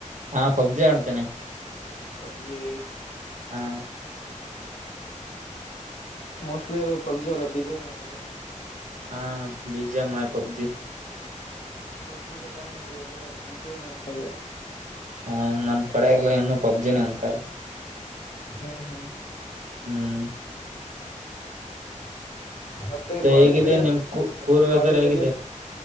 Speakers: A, on the right; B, on the left.
A: ಹಾ ಪಬ್ಜಿ ಆಡ್ತೇನೆ.
B: ಪಬ್ಜಿ.
A: ಹಾ
B: ಮೋಸ್ಟ್ಲಿದು ಪಬ್ಜಿ ಅಲ್ಲ ಬಿಜೆ ಮಲ್ಲ
A: ಹಾ ಬೀಜೆ ಆ ಆ ಪಬ್ಜಿ
B: ಪಬ್ಜಿ ಈಗ ಬ್ಯಾನ್ ಆಗಿದೆಲ್ಲ ಬಿಜಯ ಮಏನ
A: ಹಾ ನಮ್ಮ್ ಕಡೆ ಎಲ್ಲ ಇನ್ನು ಪಬ್ಜಿನೇ ಅಂತಾರೆ
B: ಹ್ಮ್ ಹ್ಮ್್ಮ
A: ಹ್ಮ್
B: ಮತ್ತೆ ಕಾಲೇಜ
A: ಹೇಗಿದೆ
B: ಅಲ್ಲಿ
A: ನಿಮ್ ಕೂ ಕೂರ್ ವೆದರ್
B: ಕಾಲೇಜಲ್ಲಿ
A: ಹೇಗಿದೆ